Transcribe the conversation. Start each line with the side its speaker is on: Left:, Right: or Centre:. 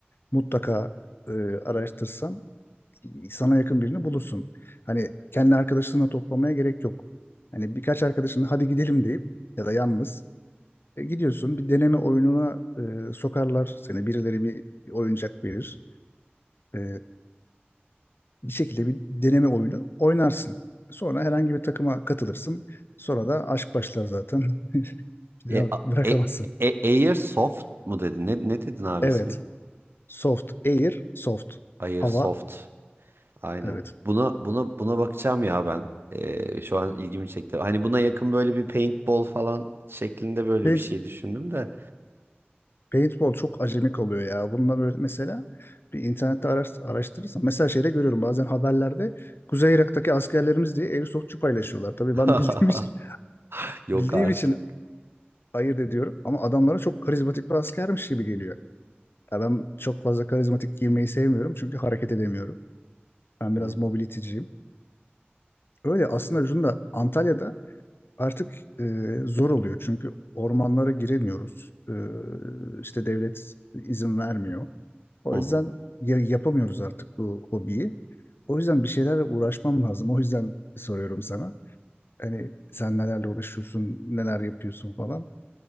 Left: mutlaka e, araştırsan sana yakın birini bulursun. Hani kendi arkadaşlarına toplamaya gerek yok. Hani birkaç arkadaşın hadi gidelim deyip ya da yalnız e, gidiyorsun. Bir deneme oyununa e, sokarlar seni. Birileri bir oyuncak verir. E, bir şekilde bir deneme oyunu oynarsın. Sonra herhangi bir takıma katılırsın. Sonra da aşk başlar zaten. <laughs> Bir
Right: E,
Left: daha
Right: a-
Left: bırakamazsın.
Right: e, e, Airsoft mu dedin? Ne, ne dedin abi
Left: Evet.
Right: ismin?
Left: Soft. Air. Soft.
Right: Airsoft.
Left: Hava.
Right: Aynen.
Left: Evet.
Right: Buna buna buna bakacağım ya ben. E, şu an ilgimi çekti. Hani buna yakın böyle bir paintball falan şeklinde böyle
Left: Paint
Right: bir şey düşündüm de.
Left: Paintball çok acemi kalıyor ya. Bununla böyle mesela bir internette araş, araştırırsan mesela şeyde görüyorum bazen haberlerde Kuzey Irak'taki askerlerimiz diye airsoftçu paylaşıyorlar. Tabii
Right: <laughs>
Left: ben <laughs> bildiğim için
Right: Yok
Left: bildiğim
Right: artık.
Left: için ayırt ediyorum ama adamlara çok karizmatik bir askermiş gibi geliyor. Ya ben çok fazla karizmatik giymeyi sevmiyorum çünkü hareket edemiyorum. Ben biraz
Right: Hmm.
Left: mobility'ciyim. Öyle aslında şunu da Antalya'da Artık e, zor oluyor çünkü ormanlara giremiyoruz. E, işte devlet izin vermiyor. O
Right: <laughs>
Left: yüzden ya- yapamıyoruz artık bu hobiyi. O yüzden bir şeylerle uğraşmam lazım. O yüzden soruyorum sana. Hani sen nelerle uğraşıyorsun, neler yapıyorsun falan.